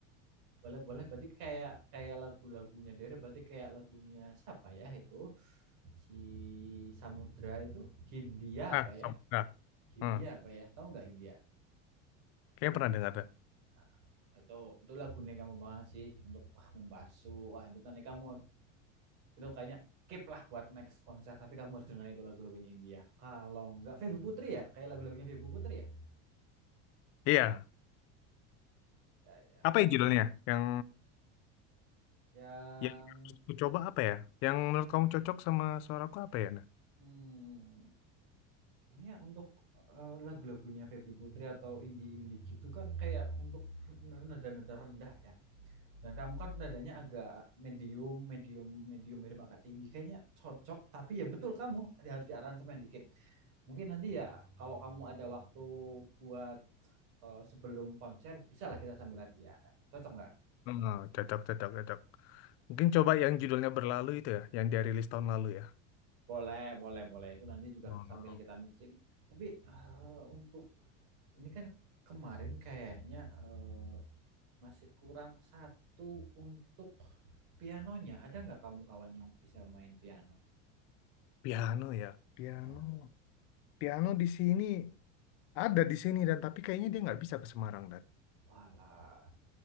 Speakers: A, on the right; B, on the left.
A: Boleh, boleh. Berarti kayak kayak lagu-lagunya Dere, berarti kayak lagunya siapa ya itu? Si Samudra itu Hindia
B: Ah,
A: apa ya?
B: sama. Ah,
A: Hindia
B: hmm.
A: apa ya? Tahu nggak Hindia?
B: Kayaknya pernah dengar deh.
A: Nah, itu itu lagunya kamu banget sih untuk wah membasuh. Wah, itu nanti kamu itu kayaknya keep lah buat next konser tapi kamu harus dengerin itu lagu-lagunya India kalau nggak Feby Putri ya kayak lagu-lagunya Feby Putri ya
B: Iya.
A: ya ya
B: Apa ya judulnya? Yang
A: yang
B: yang harus aku coba apa ya? Yang menurut kamu cocok sama suaraku apa ya? Nah,
A: hmm, Sebenarnya untuk eh, lagu-lagunya Feby Putri atau indie-indie gitu kan kayak untuk nada-nada rendah ya. Dan kamu kan nadanya agak medium, medium, medium, medium agak tinggi. Kayaknya cocok, tapi ya betul kamu harus diaransemen dikit. Mungkin nanti ya kalau kamu ada waktu buat eh, sebelum konser, bisa lah kita sambil latihan. Cocok nggak?
B: Hmm, cocok, cocok, cocok. Mungkin coba yang judulnya berlalu itu ya, yang dia rilis tahun lalu ya.
A: Boleh, boleh, boleh. Itu nanti juga
B: Hmm.
A: sambil kita mixing. Tapi eh, untuk ini kan kemarin kayaknya eh, Masih kurang satu untuk pianonya. Ada nggak kamu kawan yang bisa main piano?
B: Piano ya, piano,
A: Ya,
B: piano di sini ada di sini dan tapi kayaknya dia nggak bisa ke Semarang dan
A: walah,